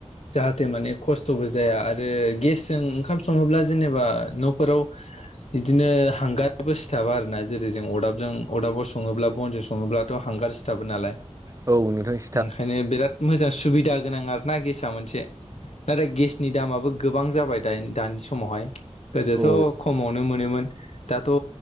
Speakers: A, on the left; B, on the right.
A: जाहाथे माने खस्थ'बो जाया आरो गेसजों ओंखाम सङोब्ला जेनेबा न'फोराव इदिनो हांगाराबो सिथाबा आरोना जेरै जों अरदाबजों अदाबाव सङोब्ला बनजों सङोब्लाथ' हांगार सिथाबो नालाय
B: औ नोंथां सि
A: ओंखायनो बिराद मोजां सुबिदा गोनां आर ना गेसाआ मोनसे नाथाय दामाबो गोबां जाबाय दाइन दानि समावहाय गोदोथ'
B: औ।
A: खमाव नो मोनोमोन दाथ'